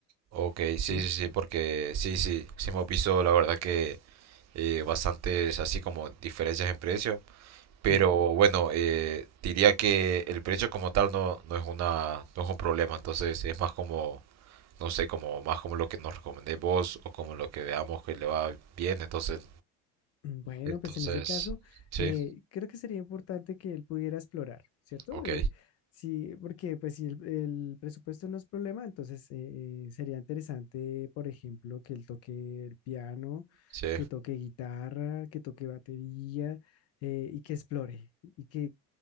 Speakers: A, on the right; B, on the left.
A: ok,
B: ¿Sí?
A: sí, sí, sí,
B: Eh,
A: porque sí, sí, sí hemos visto la verdad que eh, bastantes así como diferencias en precio. Pero
B: Sí.
A: bueno, eh, diría que el precio como tal no, no es una, no es un problema, entonces es más como, no sé, como más como lo que nos recomendéis vos o como lo que veamos que le va bien, entonces,
B: Mm, Bueno,
A: entonces,
B: pues en ese caso,
A: sí,
B: eh, creo que sería importante que él pudiera explorar, ¿cierto?
A: ok,
B: Eh, sí, porque pues si el, el presupuesto no es problema, entonces eh, eh, sería interesante, por ejemplo, que él toque el piano,
A: sí,
B: que toque guitarra, que toque batería eh, y que explore. Y que